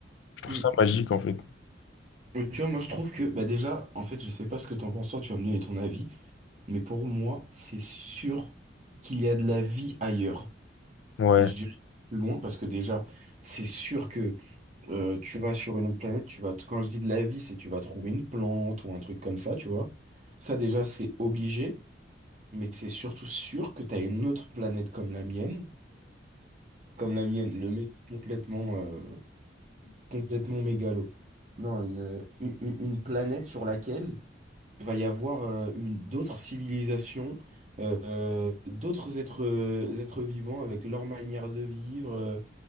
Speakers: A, on the left (about 80°); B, on the right (about 40°).
A: je trouve
B: mm,
A: ça magique en fait.
B: mm. Tu vois, moi je trouve que, bah déjà, en fait, je sais pas ce que t'en penses, toi, tu vas me donner ton avis, mais pour moi, c'est sûr qu'il y a de la vie ailleurs.
A: Ouais.
B: Et J'irai plus loin parce que déjà, c'est sûr que euh, tu vas sur une autre planète, tu vas, quand je dis de la vie, c'est tu vas trouver une plante ou un truc comme ça, tu vois. Ça, déjà, c'est obligé. Mais c'est surtout sûr que t'as une autre planète comme la mienne, comme la mienne, le mec complètement, euh, complètement mégalo. Non, une, une, une- une planète sur laquelle va y avoir euh, une d'autres civilisations, euh, euh, d'autres êtres, euh, êtres vivants avec leur manière de vivre. euh.